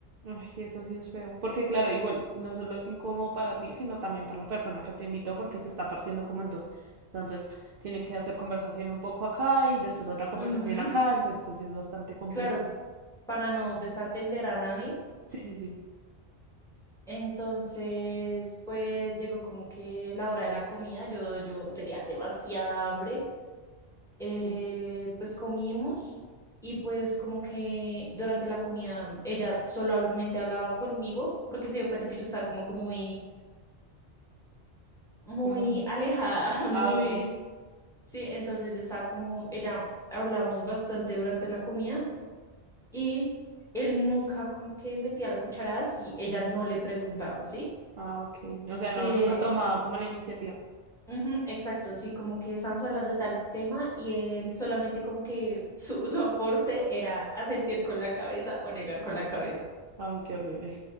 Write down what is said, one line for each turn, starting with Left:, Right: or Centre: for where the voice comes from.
Right: Ay, eso sí es feo. Porque claro, igual no solo es incómodo para ti, sino también para la persona que te invitó porque se está partiendo como en dos. Entonces, tiene que hacer conversación un poco acá y después otra conversación
Centre: Ujú,
Right: acá. Entonces, sí es bastante complejo.
Centre: claro, para no desatender a nadie.
Right: Sí, sí, sí.
Centre: Entonces, pues llegó como que la hora de la comida, yo, yo tenía demasiada hambre. eh,
Right: Sí.
Centre: pues comimos y pues como que durante la comida ella solamente hablaba conmigo porque se dio cuenta que yo estaba como que muy, muy
Right: Como...
Centre: alejada, <laughs> muy,
Right: Ah, ok.
Centre: sí, entonces yo estaba como, ella hablamos bastante durante la comida y él nunca como que metía la cuchara si ella no le preguntaba, ¿sí?
Right: Ah, ok. O sea,
Centre: Sí,
Right: no, nunca tomaba como la iniciativa.
Centre: Ujú, exacto, sí, como que estamos hablando de tal tema y él solamente como que su, su aporte era asentir con la cabeza o negar con la cabeza.
Right: Ay, qué horrible.